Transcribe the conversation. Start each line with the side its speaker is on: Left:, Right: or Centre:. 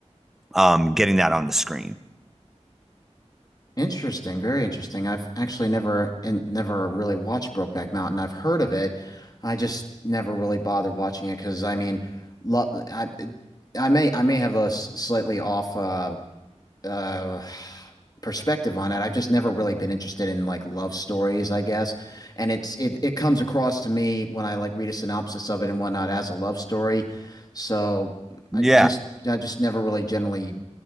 Centre: um, getting that on the screen.
Left: Interesting, very interesting. I've actually never and never really watched Brokeback Mountain. I've heard of it. I just never really bothered watching it because I mean, lo I I may I may have a s- slightly off uh uh perspective on it. I've just never really been interested in like love stories, I guess. And it's it it comes across to me when I like read a synopsis of it and whatnot as a love story. So
Centre: Yeah,
Left: I just I just never really generally